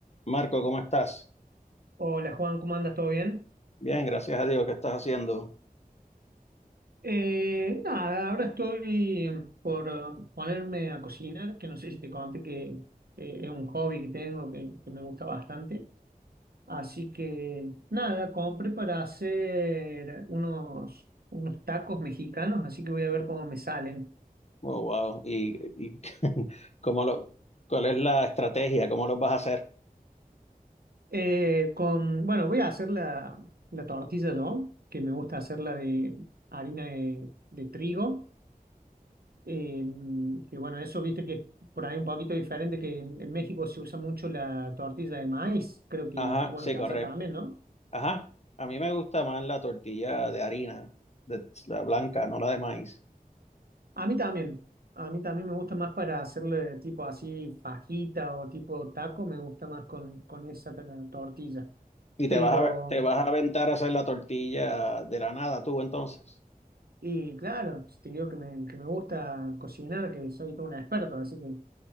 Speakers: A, on the left; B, on the right.
A: Marco, ¿cómo estás?
B: Hola Juan, ¿cómo andas? ¿Todo bien?
A: Bien, gracias a Dios. ¿Qué estás haciendo?
B: Eh, nada, ahora estoy por ponerme a cocinar, que no sé si te conté que eh, es un hobby que tengo, que, que me gusta bastante. Así que nada, compré para hacer unos, unos tacos mexicanos, así que voy a ver cómo me salen.
A: Oh, wow. ¿Y, y <laughs> cómo lo, cuál es la estrategia? ¿Cómo lo vas a hacer?
B: Eh, con, bueno, voy a hacer la, la tortilla yo, que me gusta hacerla de harina de, de trigo. Eh, que bueno, eso viste que es por ahí un poquito diferente, que en, en México se usa mucho la tortilla de maíz, creo que,
A: Ajá,
B: que bueno,
A: sí,
B: que
A: correcto.
B: allá también, ¿no?
A: Ajá, a mí me gusta más la tortilla de harina, de, la blanca, no la de maíz.
B: A mí también, a mí también me gusta más para hacerle tipo así fajita o tipo taco, me gusta más con, con esa ta- tortilla.
A: ¿Y
B: Pero,
A: te vas a, te vas a aventar a hacer la tortilla de la nada tú entonces?
B: y claro, si te digo que me, que me gusta cocinar, que soy todo un experto, así que